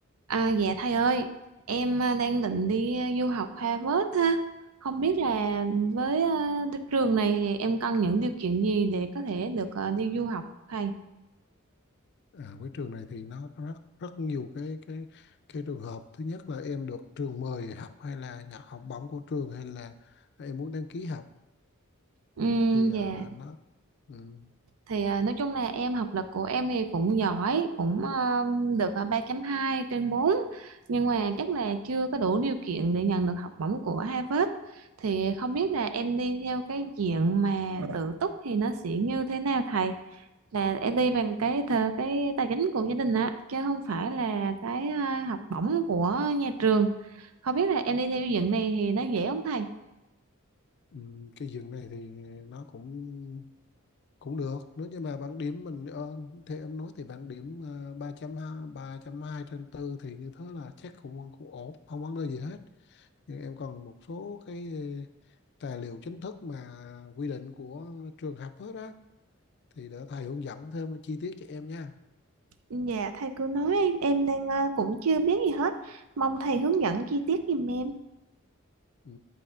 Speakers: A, on the right; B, on the left.
A: À, dạ thầy ơi, em à, đang định đi à, du học Harvard ha. Không biết là với à, đức trường này thì em cần những điều kiện gì để có thể được à, đi du học thầy?
B: À, với trường này thì nó có rất rất nhiều cái cái cái trường hợp thứ nhất là em được trường mời học hay là nhận học bổng của trường hay là em muốn đăng ký học
A: Ừm,
B: thì
A: dạ,
B: à, nó ừm,
A: thì à, nói chung là em học lực của em thì cũng giỏi, cũng à, được à, ba chấm hai trên bốn Nhưng mà chắc là chưa có đủ điều kiện để nhận được học bổng của Harvard. Thì không biết là em đi theo cái diện mà tự túc thì nó sẽ như thế nào thầy? là em đi bằng cái thờ cái tài chính của gia đình á chứ không phải là cái ờ, học bổng của nhà trường không biết là em đi theo xây dựng này thì nó dễ không thầy
B: ừm, cái diện này thì nó cũng cũng được nếu như mà bảng điểm mình ờ, thì em nói thì bảng điểm à, ba uh, hai ba 3 hai trên tư thì như thế là chắc cũng cũng ổn không vấn đề gì hết nhưng em còn một số cái tài liệu chính thức mà quy định của trường học hết á thì để thầy hướng dẫn thêm chi tiết cho em nha
A: Dạ thầy cứ nói em em đang ờ, cũng chưa biết gì hết. Mong thầy hướng dẫn chi tiết giùm em.
B: ừ.